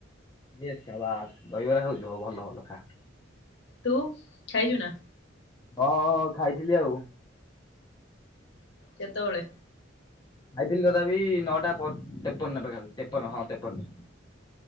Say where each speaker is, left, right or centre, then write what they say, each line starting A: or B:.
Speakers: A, on the left; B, on the left.
A: ଇଏ ସାବାସ ଦହିବରା ଖାଉଛୁ ହଉ ଭଲ ଭଲ ଖା।
B: ତୁ ଖାଇଚୁ ନା।
A: ହଁ ହଁ ଖାଇଥିଲି ଆଉ।
B: କେତେବେଳେ?
A: ଖାଇଥିଲି ତଥାପି ନଅଟା ପ ତେପନ ପାଖାପାଖି ତେପନ ହଁ ତେପନ।